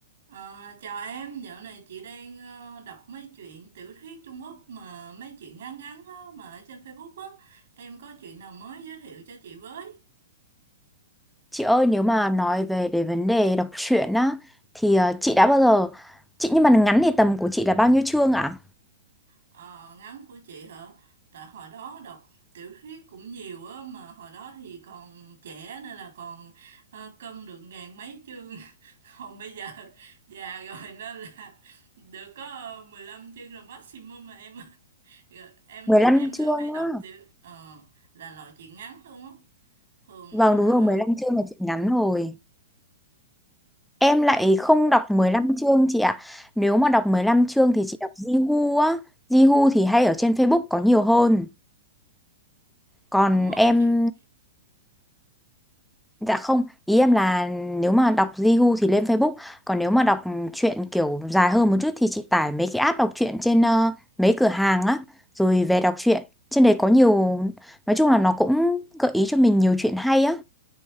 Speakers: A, on the right (about 75°); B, in the centre.
A: Ờ, chào em, dạo này chị đang ờ, đọc mấy chuyện tiểu thuyết Trung Quốc mà mấy chuyện ngắn ngắn á, mà ở trên Facebook á. Em có chuyện nào mới giới thiệu cho chị với?
B: Chị ơi nếu mà nói về cái vấn đề đọc truyện á thì ờ, chị đã bao giờ chị nhưng mà ngắn thì tầm của chị là bao nhiêu chương ạ?
A: Ờ, ngắn của chị hả? Tại hồi đó đọc tiểu thuyết cũng nhiều á, mà hồi đó thì còn trẻ nên là còn ờ, cân được ngàn mấy chương. <laughs> Còn bây giờ già rồi nên là được có ờ, 15 chương là maximum mà em. <laughs> Rồi, Em
B: 15
A: em
B: chương
A: thường hay đọc
B: á.
A: tiểu ờ, là loại chuyện ngắn luôn á. thường
B: Vâng
A: nó là
B: đúng rồi 15 chương là chị ngắn rồi. Em lại
A: em được
B: không đọc 15 chương chị ạ. Nếu mà
A: Ờ,
B: đọc 15 chương thì chị đọc Jihu á. Jihu thì hay ở trên Facebook có nhiều hơn. Còn
A: đúng rồi
B: em
A: chị
B: Dạ không, ý em là nếu mà đọc Jihu thì lên Facebook, còn nếu mà đọc truyện kiểu dài hơn một chút thì chị tải mấy cái app đọc truyện trên ờ, mấy cửa hàng á, rồi về đọc truyện. Trên đấy có nhiều, nói chung là nó cũng gợi ý cho mình nhiều chuyện hay á.